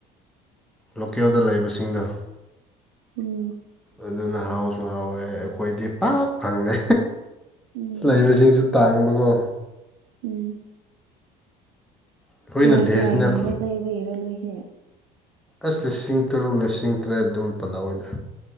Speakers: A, in the centre; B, on the right.
A: ꯂꯣꯀꯦꯜꯗ ꯂꯩꯕꯁꯤꯡꯗꯣ
B: ꯎꯝ
A: ꯑꯗꯨꯅ ꯍꯥꯎꯁꯨ ꯍꯥꯎꯋꯦ ꯑꯩꯈꯣꯏꯗꯤ ꯄꯥꯛ ꯐꯪꯗꯦ
B: ꯎꯝ
A: ꯂꯩꯕꯁꯤꯡꯁꯨ ꯇꯥꯡꯕꯀꯣ
B: ꯎꯝ
A: ꯑꯩꯈꯣꯏꯅ
B: ꯀꯌꯥ
A: ꯚꯦꯖꯅ
B: ꯀꯌꯥꯒꯨꯝꯕ ꯂꯩꯕꯩꯔ ꯅꯣꯏꯁꯦ
A: ꯑꯁ ꯂꯤꯁꯤꯡ ꯇꯔꯨꯛ ꯂꯤꯁꯤꯡ ꯇꯔꯦꯠ ꯑꯗꯨꯝ ꯄꯜꯂꯛꯑꯣꯏꯗ